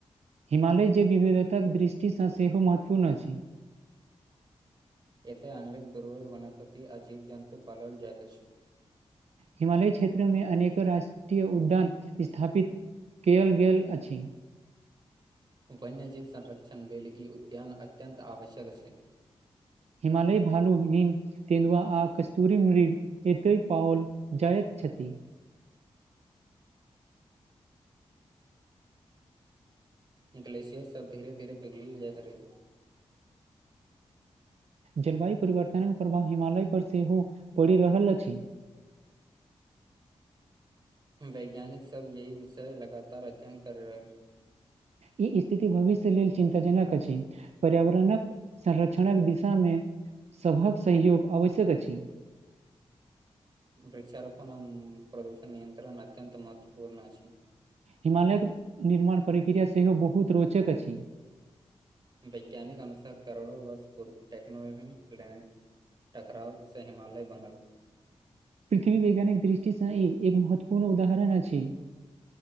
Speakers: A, on the right; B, on the right.
A: हिमालय जे विविधताक दृष्टिसँ सेहो महत्वपूर्ण अछि '
B: एत अनेक दुरर्बल वनस्पति आ जीव जन्तु पालल जाइत अछि
A: हिमालय क्षेत्र मे अनेक राष्ट्रीय उद्यान स्थापित केल गेल अछि।
B: वन्य जीव संरक्षण लेल ई उद्यान अत्यन्त आवश्यक अछि
A: हिमालय भालू हिम तिन्दुआ कस्तूरी मृग एतय पओल जायत छथि
B: ग्लेशियर सब धीरे धीरे पिघलल जाइत रहै
A: जलवायु परिवर्तनक प्रभाव हिमालय पर सेहो पड़ि रहल अछि
B: वैज्ञानिक सब यही विषय लगातार अध्ययन करी रहल
A: ई स्थिति भविष्य लेल चिन्तााजनक अछि पर्यावरणक। संरक्षणक दिशा मे सभक सहयोग आवश्यक अछि
B: वृक्षारोपण आ प्रदूषण नियंत्रण अत्यत महत्वपूर्ण अछि
A: हिमालय निर्माण प्रक्रिया सेहो बहुत रोचक अछि,
B: वैज्ञानिक अनुसार करोड़ो वर्ष पूर्व टेक्नोलॉजी प्लानट टकराव से हिमालय बनल
A: पृथ्वी वैज्ञानिक दृष्टिसँ ई एक महत्वपूर्ण उदाहरण अछि